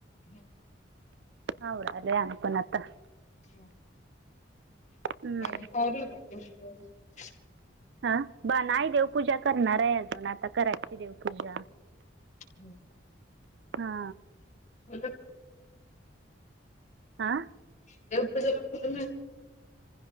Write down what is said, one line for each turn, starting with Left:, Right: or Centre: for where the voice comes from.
Left: <inaudible>
Right: खाऊ राहिले आम्ही पण आता
Left: ह
Right: हम्म
Left: बाकी चं आवरलं का <unintelligible>
Right: ह ब नाही देवपूजा करणार आहे अजून आता करायची देवपूजा.
Left: हम्.
Right: हा.
Left: <unintelligible>
Right: हा
Left: देवपूजेला फुलं मिळतात.